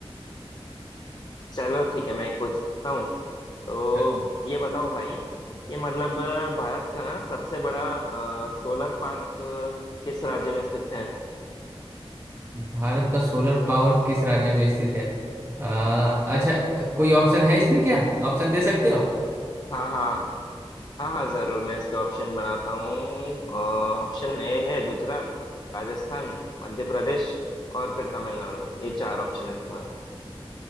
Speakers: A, on the left; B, on the right.
A: <laughs> चलो ठीक है मैं एक पूछता हूँ तो
B: हम्म
A: ये बताओ भाई ये मतलब अ, भारत का ना सबसे बड़ा सोलर पार्क किस राज्य में स्थित है
B: भारत का सोलर पावर किस राज्य में स्थित है अ, अच्छा कोई ऑप्शन है इसमें क्या ऑप्शन दे सकते हो
A: हाँ हाँ हाँ हाँ जरूर मैं इसके ऑप्शन बनाता हूँ ऑप्शन ए है गुजरात राजस्थान मध्य प्रदेश और फिर तमिलनाडु ये चार ऑप्शन है तुम्हारा